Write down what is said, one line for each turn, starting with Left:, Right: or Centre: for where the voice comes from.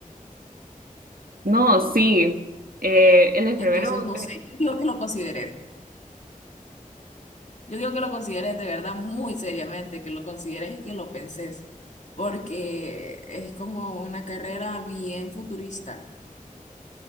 Right: No,
Left: mundo.
Right: sí. Eh, el enfermero
Left: Entonces, no sé, <laughs> yo digo que lo consideres. Yo digo que lo consideres de verdad muy seriamente, que lo consideres y que lo penses, porque es como una carrera bien futurista.